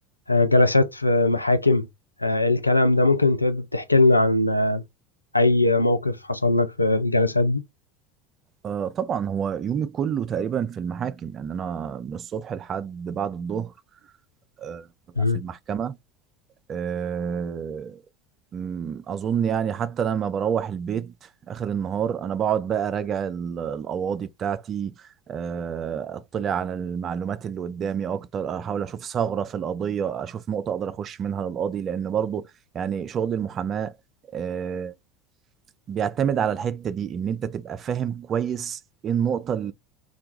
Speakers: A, on the left; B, on the right.
A: آه، جلسات في محاكم آه، الكلام ده ممكن تقدر تحكي لنا عن آه، أي موقف حصل لك في الجلسات دي؟
B: آه طبعا هو يومي كله تقريبا في المحاكم يعني أنا من الصبح لحد بعد الظهر آه ببقى
A: مهم.
B: في المحكمة آه، مم، اظن يعني حتى لما بروح البيت اخر النهار انا بقعد بقى اراجع ال- القواضي بتاعتي آه، اطلع على المعلومات اللي قدامي اكتر احاول اشوف ثغرة في القضية اشوف نقطة اقدر اخش منها للقاضي لان برضو يعني شغل المحاماة آه، بيعتمد على الحتة دي ان انت تبقى فاهم كويس ايه النقطة